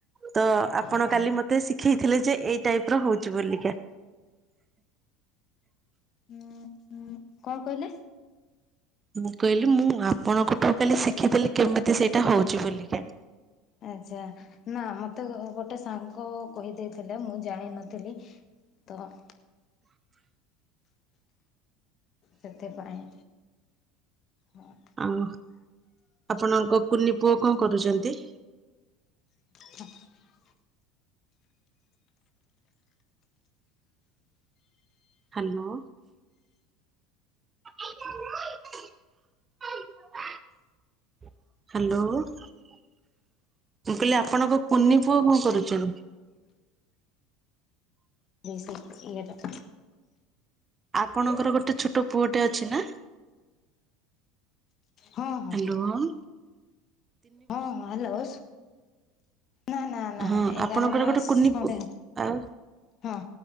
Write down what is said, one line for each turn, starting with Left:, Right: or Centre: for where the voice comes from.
Right: ତ ଆପଣ
Left: ହଁ ହଁ
Right: କାଲି ମତେ ଶ- ଶୀଖାଇଥିଲେ ଯେ ଏଇ ଟାଇପ ର ହଉଛି ବୋଲିକା।
Left: ଉଁ କଣ କହିଲେ?
Right: ମୁଁ କହିଲି ମୁଁ ଆପଣଙ୍କଠୁ କାଲି ଶିଖିଥିଲି କେମିତି ସେଇଟା ହଉଛି ବୁଲିକା।
Left: ଆଛା ନା ମତେ ଗୋଟେ ସାଙ୍ଗ କହିଦେଇଥିଲେ ମୁଁ ଜାଣିନଥିଲି। ତ <unintelligible> ସେଥିପାଇଁ ହଁ।
Right: ଆଉ ଆପଣଙ୍କ କୁନି ପୁଅ କଣ କରୁଛନ୍ତି?
Left: <unintelligible>
Right: ହ୍ୟାଲୋ <unintelligible> ହ୍ୟାଲୋଓ ମୁଁ କହିଲି ଆପଣଙ୍କ କୁନି ପୁଅ କଣ କରୁଛନ୍ତି?
Left: ଦେ ସେ ଇଏଟା।
Right: ଆପଣଙ୍କର ଗୋଟେ ଛୋଟ ପୁଅଟେ ଅଛି ନା?
Left: ହଁ ହଁ।
Right: ହ୍ୟାଲୋଓ
Left: ହଁ ହଁ ହ୍ୟାଲୋ ନା ନା ନା
Right: ହଁ
Left: ଏଗାର
Right: ଆପଣଙ୍କର
Left: ମାସ
Right: ଗୋଟେ କୁନି
Left: ଖଣ୍ଡେ
Right: ପୁଅ
Left: ହ।
Right: ଆଉ
Left: ହଁ